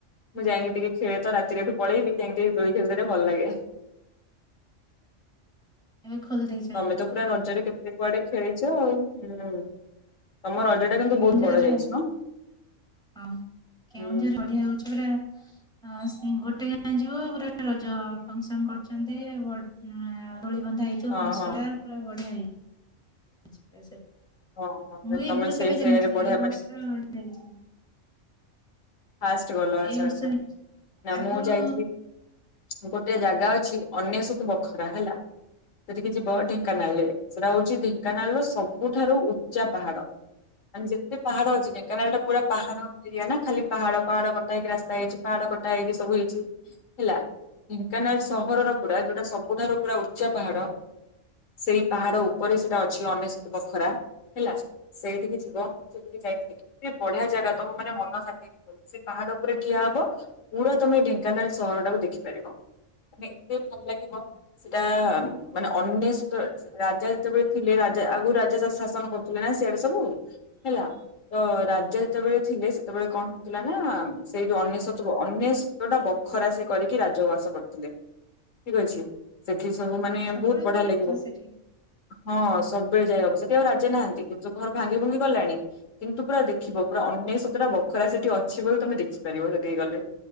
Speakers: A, on the left; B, in the centre.
A: ମୁଁ ଯାଇକି ଟିକେ ଖେଳେ ତ ରାତିରେଏଠୁ ପଳେବି ଯାଇକି ଟିକେ ଦୋଳି ଖେଳିଦେଲେ ଭଲ ଲାଗେବ।
B: ଏବେ ଖୋଲି ଦେଇେଇଛ?
A: ତମେ ତ ପୁରା ରଜରରେ କେତେ କୁଆଡେ ଖେଳିଚ ଆଉ ହୁଁ ତମ ଟା କିନ୍ତୁ
B: କେଉଁଝର
A: ବହୁତ ବଡ
B: ଜାଆ
A: ଯାଇଛି
B: ହଁ
A: ମ।
B: କେଉଁଝର
A: ହୁଁ
B: କେଉଁଝର ବଢିଆ ହଉଛି ପରା। ହସ ଗୋଟେ ଗାଁରେ ଯୋଉ ଗୋଟା ରଜ ଫଙ୍କସନ କରୁଛନ୍ତି ବଟ ଦୋଳି ବନ୍ଧା ହେଇ
A: ହଁ
B: ପାଞ୍ଚାସଟା
A: ହଁ
B: ପୁରା ବଢିନେଇ। ଆଛା ସେଠ
A: ହଁ ହଁ
B: ମୁଁ ଏ
A: ତମେ
B: ଆଗରୁ
A: ସେ
B: କେବେ
A: ସେୟାରେ
B: ଯାନଥିଲି
A: ପଢିବା
B: ଏଇ ବର୍ଷଟା
A: ମାନେ
B: ଯାଇଛି।
A: ଫାଷ୍ଟ ଗଲ ଆଚ୍ଛା
B: ଏଇ ବର୍ଷ
A: ଆଚ୍ଛା ନା
B: ଆଗରୁ
A: ମୁଁ ଯାଇଥିଲି- ଗୋଟେ ଜାଗା ଅଛି ଅନେସ୍ୱତ ବଖରା ହେଲା। ସେଠିକି ଯିବ ଢେଙ୍କାନାଳରେ ସେଟା ହଉଛି ଢେଙ୍କାନାଳ ର ସବୁଠାରୁ ଉଚ୍ଚା ପାହାଡ। ମାନେ ଯେତେ ପାହାଡ ଅଛି ଢେଙ୍କାନାଳ ଟା ପୁରା ପାହାଡ ଏରିଆ ନା ଖାଲି ପାହାଡ଼ ପାହାଡ କଟା ହେଇକି ରାସ୍ତା ହେଇଛି ପାହାଡ କଟା ହେଇକି ସବୁ ହେଇଛି। ହେଲା ଢେଙ୍କାନାଳ ସହରର ପୁରା ଯୋଉଟା ସବୁଠାରୁ ପୁରା ଉଚ୍ଚା ପାହାଡ। ସେଇ ପାହାଡ ଉପରେ ସେଇଟା ଅଛି ଅନେସ୍ୱତ ବଖରା ହେଲା। ସେଇଠିକି ଯିବ ମୁଁ ସେଠିକି ଯାଇଥିଲି ବଢିଆ ଜାଗା ତମ ମାନେ ମନ ଶାନ୍ତି ସେ ପାହାଡ ଉପରେ ଠିଆ ହବ ପୁରା ତମେ ଢେଙ୍କାନାଳ ସହରଟାକୁ ଦେଖିପାରିବ। ମାନେ ଏତେ ଭଲ ଲାଗିବ ସେଟା ମାନେ ଅନେସ୍ୱତ ରାଜା ଯେତେବେଳେ ଥିଲେ ରାଜା ଆଗରୁ ରାଜାତାକୁ ଶାସନ କରୁଥିଲେ ନା ସିଆଡେ ସବୁ। ହେଲା
B: ହଁ
A: ତ ରାଜା ଯେତେବେଳେ ଥିଲେ ସେତେବେଳେ କଣ ଥିଲା ନା ସେଇ ଯୋଉ ଅନେସ୍ୱ ଅନେସ୍ୱତ ଟା ବଖରା ସେ କରିକି ରାଜଉଆସ କରିଥିଲେ। ଠିକ ଅଛି ସେଠି ସବୁ ମାନେ
B: ସବୁବେଳେ
A: ବହୁତ ବଢିଆ
B: ବୁଲି
A: ଲାଗିବ।
B: ହବ ସେଠି
A: ହଁ ସବୁବେଳେ ଯାଇ ହବ ସେଠି ଆଉ ରାଜା ନାହାନ୍ତି କିନ୍ତୁ ସବୁ ଘର ଭାଙ୍ଗି ଭୁଙ୍ଗି ଗଲାଣି। କିନ୍ତୁ ପୁରା ଦେଖିବ ପୁରା ଅନେସ୍ୱତଟା ବଖରା ସେଠି ଅଛି। ଅଛି ବୋଲି ତମେ ଦେଖିପାରିବ ସେଠିକି ଗଲେ